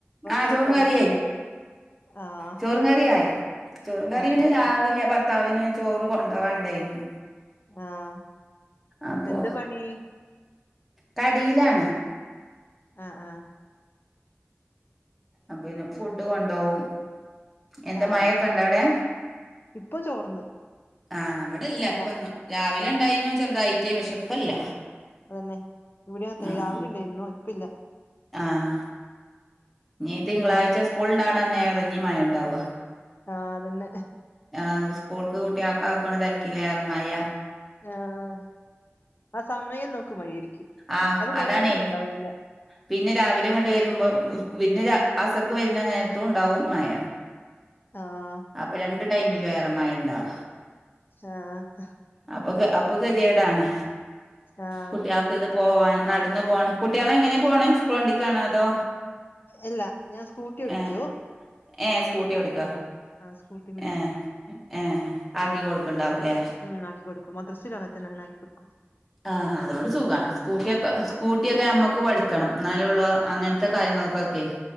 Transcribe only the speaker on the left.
കറിയൊക്കെ
ആയോ
ആ
ആഹ്
ആഹ്
ആഹ്
എന്ത് പണി
ആഹ് ആഹ്
ആഹ്
ഇപ്പൊ ചോർന്ന്
യാ
അതന്നെ ഇവിടെയും അതെ
രാവിലെ ഉണ്ടായിരുന്നു ഇപ്പ ഇല്ല
പിന്നെ
ആഹ് അതന്നെ
ആഹ് ആ സമയം നോക്ക് മഴയിരിക്കും
അത് കഴിഞ്ഞാപ്പിന്ന
ഇണ്ടാവൂല്ല
ആഹ്
ആഹ്
ആഹ്
അല്ല ഞാൻ സ്കൂട്ടി ഓടിക്കൂ
ആഹ് സ്കൂട്ടിമ്മല്
മ്മ് ആക്കി കൊട്ക്കും മദ്രസയിലും അങ്ങനെ തന്നെ ഞാൻ ആക്കി കൊടുക്കും.